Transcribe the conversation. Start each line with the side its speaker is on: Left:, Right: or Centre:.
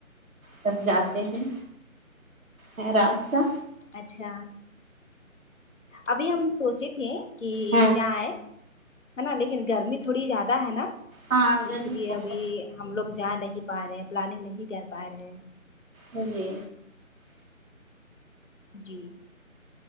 Right: تب جاتے ہیں ہے رات کا
Left: اچھا ابھی ہم سوچے تھے کہ
Right: ہاں
Left: جائے ہے نا لیکن گرمی تھوڑی زیادہ ہے نا
Right: ہاں گرمی
Left: اس لیے
Right: بہت
Left: ابھی ہم لوگ جا نہیں پا رہے پلاننگ نہیں کر پا رہے ہیں
Right: ہاں جی
Left: جی